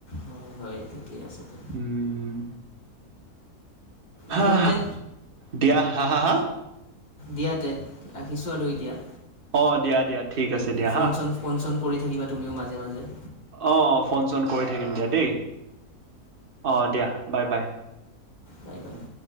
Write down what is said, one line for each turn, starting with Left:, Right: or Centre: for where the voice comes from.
Left: হয়, হয়, ঠিকে আছে। তে
Right: উম। হা,
Left: দিয়া তে
Right: দিয়া হা-হা-হা
Left: দিয়াতে ৰাখিছোঁ আৰু এতিয়া।
Right: অ', দিয়া, দিয়া। ঠিক আছে দিয়া
Left: ফোন
Right: হা।
Left: চোন, ফোন চোন, কৰি থাকিবা তুমিও মাজে, মাজে।
Right: অ ফোন চোন কৰি থাকিম দিয়া। দেই। অ', দিয়া বাই, বাই
Left: বাই বাই
Right: উম।